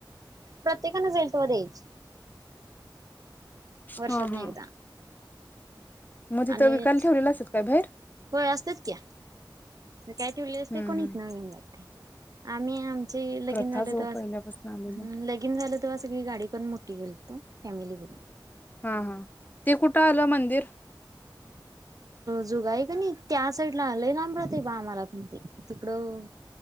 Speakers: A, on the right; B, on the left.
A: प्रत्येकान जाईल तवा द्यायची. वर्षातन
B: हा हा
A: एकदा.
B: मग तिथ
A: आणि
B: विकायल ठेवलेला असत्यात काय बाहेर.
A: होय असत्यात की. काय ठेवली असतय,
B: हम्म
A: कोणी
B: हम्
A: इथन घेऊन जातंय. आम्ही आम ते लगीन
B: प्रथाच
A: झाल
B: हो
A: तवाच
B: पहिल्यापासून आलेल्या
A: लगिन झाल तवा सगळी गाडी करून मोठी गेल तो फॅमिली भरुन.
B: हा, हा ते कुठ आल मंदिर?
A: झुगाय की नई त्या साईडला आलं लई लांब रहा बा आम्हाला पण ते. तिकडं